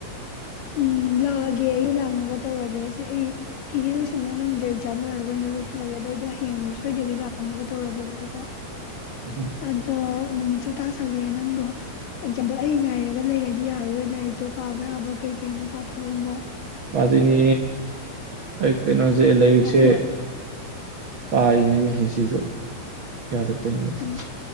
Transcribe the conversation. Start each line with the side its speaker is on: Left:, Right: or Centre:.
Left: ꯎꯝ ꯂꯥꯛꯑꯒꯦ ꯑꯩ ꯂꯥꯛꯅꯕ ꯇꯧꯔꯒꯦꯁꯦ ꯑꯩ ꯐꯤꯗꯤꯦ ꯂꯣꯏꯁꯟꯕ ꯉꯝꯗ꯭ꯔꯦ ꯑꯦꯛꯖꯥꯝ ꯂꯣꯏꯔꯒ ꯑꯣꯏꯅ ꯂꯣꯏꯁꯤꯜꯂꯒꯦ ꯑꯗꯨꯗꯏꯗꯣ ꯍꯌꯦꯡꯗꯣ ꯁꯣꯏꯗꯕꯤ ꯂꯥꯛꯅꯕ ꯇꯧꯔꯒꯦꯕꯀꯣ
Right: ꯎꯝ
Left: ꯑꯗꯣ ꯅꯨꯃꯤꯠꯁꯨ ꯇꯥꯁꯜꯂꯦ ꯅꯪꯗꯣ ꯑꯦꯛꯖꯥꯝꯗꯣ ꯑꯩ ꯉꯥꯏꯔꯒ ꯂꯩꯔꯗꯤ ꯌꯥꯔꯔꯣꯏ ꯂꯥꯏꯔꯤꯛꯇꯣ ꯄꯥꯕ ꯌꯥꯕ ꯀꯩ ꯀꯩꯅꯣ ꯄꯥꯊꯣꯛꯑꯕꯣ
Right: ꯄꯗꯣꯏꯅꯦ ꯇꯥꯏ ꯀꯩꯅꯣ ꯖꯤꯛ ꯂꯥꯏꯔꯤꯛꯁꯦ
Left: ꯑꯍꯣꯏ
Right: ꯄꯥꯔꯅꯤꯅꯤ ꯍꯦ ꯁꯤꯁꯨ ꯌꯥꯗ ꯇꯣꯏꯅꯤꯅꯦ
Left: ꯎꯝ